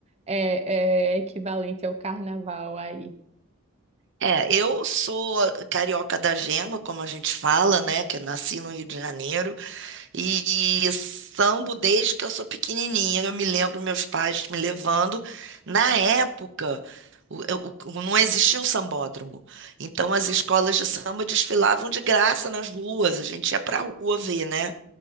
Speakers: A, on the right; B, on the right.
A: é, é equivalente ao Carnaval aí.
B: É, eu sou carioca da gema, como a gente fala, né? Que eu nasci no Rio de Janeiro. E sambo desde que eu sou pequenininha. Eu me lembro meus pais me levando. Na época, o- o- o- não existia o sambódromo. Então, as escolas de samba desfilavam de graça nas ruas. A gente ia pra rua ver, né?